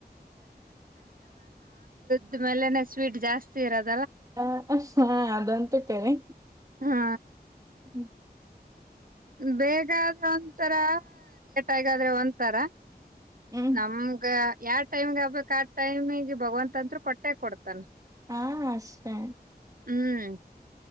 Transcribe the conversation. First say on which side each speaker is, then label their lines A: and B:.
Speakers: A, on the right (about 55°); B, on the right (about 20°).
A: ಇದ್ ಮೇಲೆನೆ ಸ್ವೀಟ್ ಜಾಸ್ತಿ ಇರೋದ್
B: ಹ ಹಃ ಹಾ ಅದಂತೂ ಕರೆ.
A: ಹಾ.
B: ಹ್ಮ್
A: ಬೇಗಾದ್ರೆ ಒಂತರ ಲೇಟಗಾದ್ರೆ ಒಂತರ.
B: ಹ್ಮ್
A: ನಮ್ಗ ಯಾವ್ ಟೈಮ್ಗ್ ಆಗ್ಬೇಕ್ ಆ ಟೈಮಿಗೆ ಭಗವಂತಂತ್ರು ಕೊಟ್ಟೆ ಕೊಡ್ತಾನ.
B: ಹಾ ಅಷ್ಟೆ.
A: ಹ್ಮ್